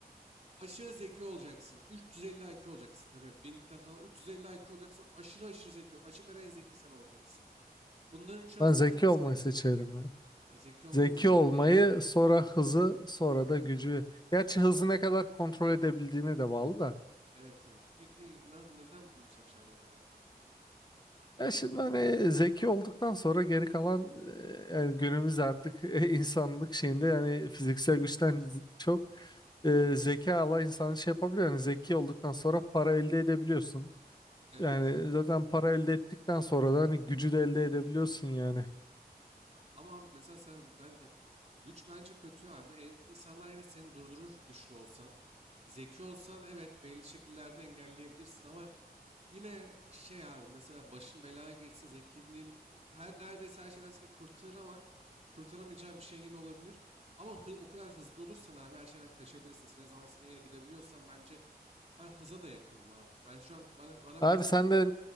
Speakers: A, on the right (about 40°); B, on the left (about 25°).
A: aşırı zeki olacaksın. 350 IQ olacaksın. Tabii 1000 kat falan 350 IQ olacaksın. Aşırı aşırı zeki. ol- Açık ara en zeki sen olacaksın. Bunların üç arasından
B: Ben zeki
A: hangisini
B: olmayı seçerim.
A: seçerdin?
B: ya.
A: Ya zeki olmayı
B: Zeki
A: mı seçerdin?
B: olmayı
A: Niye abi?
B: sonra hızı sonra da gücü. Gerçi hızı
A: Peki,
B: ne kadar kontrol edebildiğine de bağlı da.
A: evet evet. Peki na- neden bunu seçerdin abi?
B: Ya şimdi hani zeki olduktan sonra geri kalan e, yani günümüz artık <laughs> e, insanlık şeyinde yani fiziksel güçten z- çok e, zeka Allah insan şey yapabiliyor. Yani zeki olduktan sonra para elde edebiliyorsun.
A: Evet.
B: Yani zaten para elde ettikten sonra da hani gücü de elde edebiliyorsun yani.
A: Ama abi mesela sen zaten güç bence kötü abi. En, insanlar yine seni durdurur güçlü olsan. Zeki olsan evet belli şekillerde engelleyebilirsin ama yine şey abi mesela başın belaya girse zekinin her neredeyse her şeyden seni kurtarır ama kurtaramayacağı bir şey yine olabilir. Ama hı, o kadar hızlı olursan abi her şeyden kaçabilirsin. İstediğin zaman istediğin yere gidebiliyorsan bence ben hıza da yakınım abi. Ben şu an bana bana
B: Abi
A: verseler
B: sen de